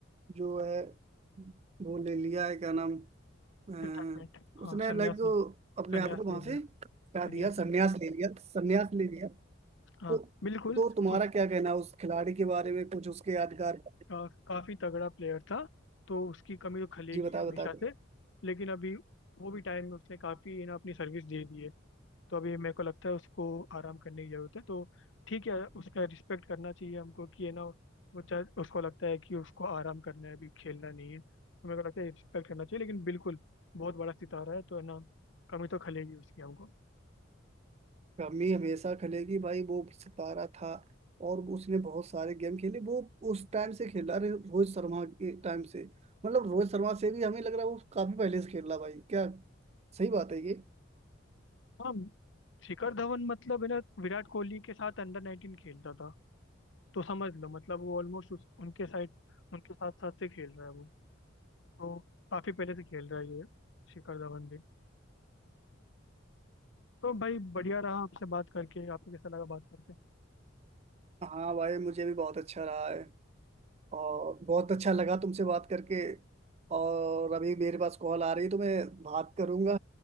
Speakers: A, on the right (about 30°); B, on the left (about 65°).
A: जो है वो ले लिया है क्या नाम अ,
B: रिटायरमेंट हाँ
A: उसने
B: संन्यास
A: लाइक
B: ले
A: अपने
B: संन्यास
A: आप को वहां
B: ले लिया
A: से हटा
B: संन्यास
A: दिया संन्यास
B: ले
A: ले लिया संन्यास ले लिया तो
B: लिया। हाँ बिल्कुल
A: तो तुम्हारा
B: उस
A: क्या कहना है उस खिलाड़ी के बारे में कुछ उसके यादगार
B: अ, काफी तगड़ा प्लेयर था तो उसकी कमी तो खलेगी
A: जी बता
B: हमेशा
A: बता
B: से लेकिन अभी वो भी टाइम में उसने काफी है ना अपनी सर्विस दे दी है तो अभी मेरे को लगता है उसको आराम करने की जरूरत है तो ठीक है उसका रिस्पेक्ट करना चाहिए हमको कि है ना वो चाहे उसको लगता है कि उसको आराम करना है अभी खेलना नहीं है तो मेरे को लगता है रिस्पेक्ट करना चाहिए लेकिन बिल्कुल बहुत बड़ा सितारा है तो है ना कमी तो खलेगी उसकी हमको
A: कमी हमेशा खलेगी भाई वो सितारा था और उसने बहुत सारे गेम खेले वो उस टाइम से खेला रहे रोहित शर्मा के टाइम से मतलब रोहित शर्मा से भी हमें लग रहा है वो काफी पहले से खेल रहा भाई क्या सही बात है ये
B: हाँ शिखर धवन मतलब है ना विराट कोहली के साथ अंडर नाइनटीन खेलता था तो समझ लो मतलब वो ऑलमोस्ट उनके साइड उनके साथ साथ से खेल रहा है वो तो काफी पहले से खेल रहा है ये शिखर धवन भी तो भाई बढ़िया रहा आपसे बात करके आपको कैसा लगा बात करके
A: हाँ भाई मुझे भी बहुत अच्छा रहा है और बहुत अच्छा लगा तुमसे बात करके और अभी मेरे पास कॉल आ रही है तो मैं बात करूंगा